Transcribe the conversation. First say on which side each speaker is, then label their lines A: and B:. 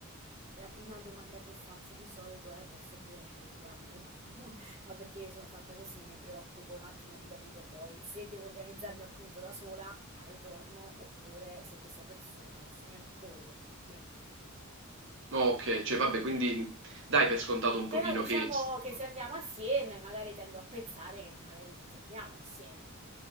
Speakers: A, on the right; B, on the right.
A: la prima domanda che faccio di solito è verso che ora ce ne andiamo di nuovo, <laughs> ma perché io sono fatta così, mi preoccupo un attimo di capire poi se devo organizzarmi appunto da sola al ritorno oppure se questa persona, questo mio amico vuole tornare con me.
B: No, okay, cioè vabbè
A: Quindi
B: quindi dai per scontato un
A: però
B: pochino
A: diciamo
B: che s
A: che se andiamo assieme, magari tendo a pensare che magari ritorniamo assieme,